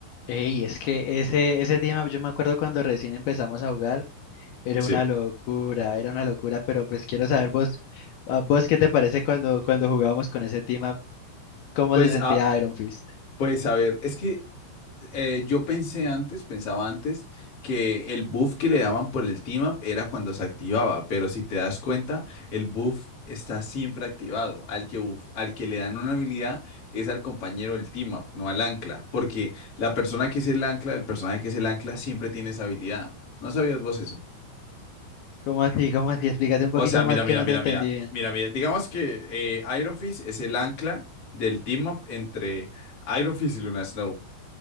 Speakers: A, on the left; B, on the left.
A: Ey, es que ese, ese tema, yo me acuerdo cuando recién empezamos a jugar, era
B: Sí.
A: una locura, era una locura, pero pues quiero saber vos, a vos qué te parece cuando, cuando jugábamos con ese tema, cómo
B: Pues,
A: se sentía
B: ah,
A: Iron Fist.
B: pues a ver, es que eh, yo pensé antes, pensaba antes, que el buff que le daban por el team up era cuando se activaba, pero si te das cuenta, el buff está siempre activado. Al que, buff- al que le dan una habilidad es al compañero del team up, no al ancla, porque la persona que es el ancla, el personaje que es el ancla, siempre tiene esa habilidad. ¿No sabías vos eso?
A: ¿Cómo así? ¿Cómo así? Explícate un poquito
B: O sea, mira,
A: más que
B: mira,
A: no
B: mira,
A: te entendí
B: mira,
A: bien.
B: mira, mira. Digamos que eh, Iron Fist es el ancla del team up entre Iron Fist y Luna Snow.